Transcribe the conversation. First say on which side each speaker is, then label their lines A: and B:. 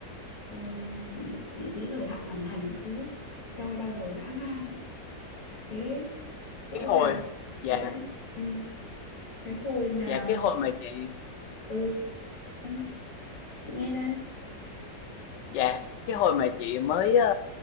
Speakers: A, on the left (about 50°); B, on the left (about 75°).
A: ờ, bị, bị dí thời hạn hoàn thành các thứ eo ơi đau đầu dã man ấy. thế rõ
B: cái hồi
A: ràng
B: dạ
A: ơi ừ, cái hồi mà
B: dạ cái hồi mà chị
A: ờ, ừ em chị nghe đây
B: Dạ, cái hồi mà chị mới ờ,